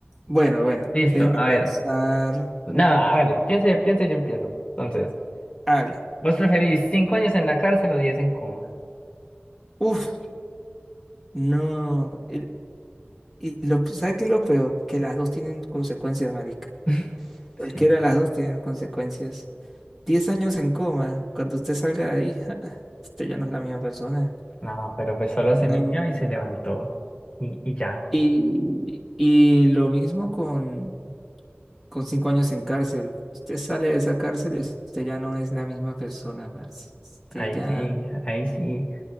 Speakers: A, in the centre; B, on the left (about 30°).
A: Bueno, bueno,
B: Listo,
A: déjeme
B: a
A: pensar.
B: ver. Nada, hágale, piense, piense y yo empiezo. Entonces,
A: Hágale.
B: ¿vos preferís cinco años en la cárcel o 10 en coma?
A: Uf, no. el- Y, lo, ¿sabe qué es lo peor? Que las dos tienen consecuencias, marica.
B: <laughs> Sí,
A: Cualquiera
B: sí,
A: de
B: sí.
A: las dos tienen consecuencias. Diez años en coma, cuando usted salga de ahí, <laughs> usted ya no es la misma persona.
B: no, pero pues solo
A: No.
B: se me vio y se levantó. Y, y ya,
A: Y, y lo mismo con, con cinco años en cárcel. Usted sale de esa cárcel y usted ya no es la misma persona, parce. Usted
B: ahí
A: ya,
B: sí, ahí sí.